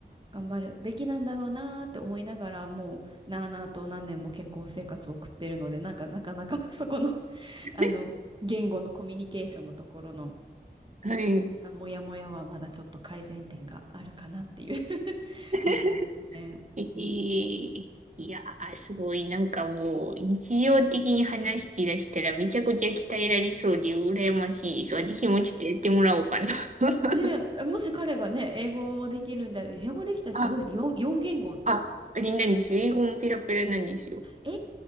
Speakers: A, on the right; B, on the right.
A: 頑張るべきなんだろうなーって思いながら、もうなあなあと何年も結構生活を送ってるので、なんかなかなか <laughs> そこの
B: <laughs>
A: あの、言語のコミュニケーションのところの、
B: はい。
A: あ、モヤモヤはまだちょっと改善点があるかなっていう <laughs>
B: <laughs>
A: 感じですね。
B: えーいやー、
A: うん
B: すごい、なんかもう、日常的に話し出したらめちゃくちゃ鍛えられそうで羨ましいです。私もちょっとやってもらおうかな。<laughs>
A: ねえ、もし彼がね、英語もできるんであれ、英語できたらすごいね。
B: あ、
A: 4、四言語。
B: あ、あれなんですよ。英語もペラペラなんですよ。
A: え